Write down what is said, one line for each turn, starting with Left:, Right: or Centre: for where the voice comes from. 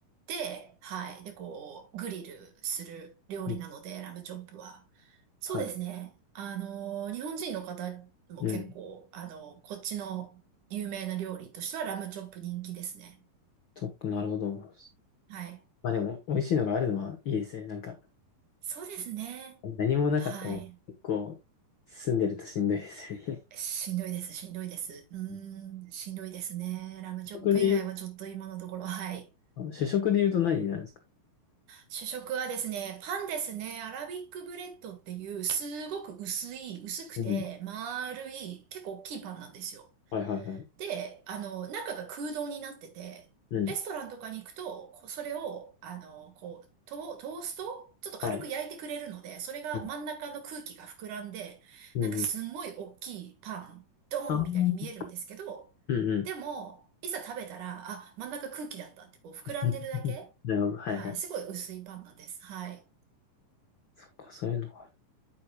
Right: で、はい。で、こう、グリルする料理なので、
Left: うん
Right: ラムチョップは。そうですね。
Left: はい。
Right: あの、日本人の方も結構、
Left: うん。
Right: あの、こっちの有名な料理としてはラムチョップ人気ですね。
Left: そっか、なるほど。ま
Right: はい。
Left: あでも、美味しいのがあるのはいいですね。なんか、
Right: そうですね。
Left: 何もなかったら結構、
Right: はい。
Left: 住んでるとしんどいですよね。
Right: しんどいです、しんどいです。う
Left: <laughs>
Right: ーん、しんどいですね。ラムチョップ以外はちょっと今のところ、
Left: 主食で
Right: はい。
Left: 主食で言うと何になるんですか
Right: 主食はですね、パンですね。アラビックブレッドっていう、すごく薄い、薄くて、
Left: うん。
Right: 丸い、結構大きいパンなんですよ。
Left: はいはいはい。
Right: で、あの、中が空洞になってて、
Left: うん。
Right: レストランとかに行くと、こうそれを、あの、こう、トー、トーストちょっと軽く焼いてくれるので、
Left: はい。
Right: それが真ん中の空気が膨らんで、
Left: うん。うん。
Right: なんかすんごい大きいパン、ドーンみたいに見えるんですけど、
Left: ああ。うんうん。
Right: でも、いざ食べたら、あ、真ん中空気だったって、こう膨らんでるだけ
Left: <laughs> なるほど。はいはい。
Right: はい。すごい薄いパンなんです。はい。
Left: そっか、そういうのがある。